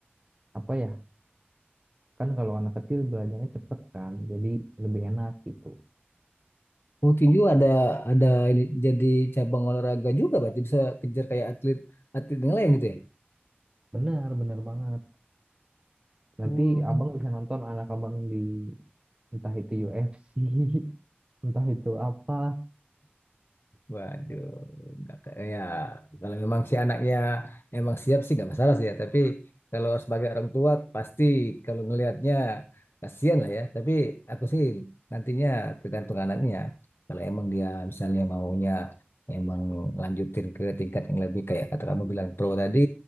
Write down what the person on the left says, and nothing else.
waktu tinju ada ada ini jadi cabang olahraga juga berarti bisa kejar kayak atlet atlet yang lain gitu ya.
<laughs> Hmm.
Waduh, nggak ke- ya kalau memang si anaknya emang siap sih nggak masalah sih ya. Tapi kalau sebagai orang tua pasti kalau ngelihatnya kasihan lah ya. Tapi aku sih nantinya tergantung anaknya. ya. Kalau emang dia misalnya maunya emang lanjutin ke tingkat yang lebih kayak kata kamu bilang pro tadi,